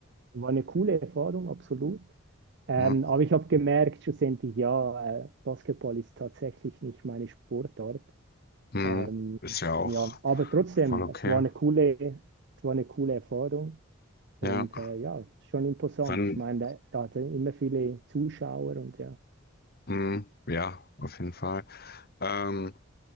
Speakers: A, on the right; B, on the left.
A: war eine coole Erfahrung, absolut. Ähm,
B: Ja.
A: aber ich habe gemerkt, schlussendlich, ja, äh, Basketball ist tatsächlich nicht meine Sportart.
B: Mhm.
A: Ähm,
B: Ist ja auch
A: ja, aber trotzdem,
B: voll okay.
A: es war eine coole, es war eine coole Erfahrung und
B: Ja.
A: äh, ja, schon imposant.
B: Wann?
A: Ich meine, da, da hatte immer viele Zuschauer und ja.
B: Mhm. Ja, auf jeden Fall. Ähm,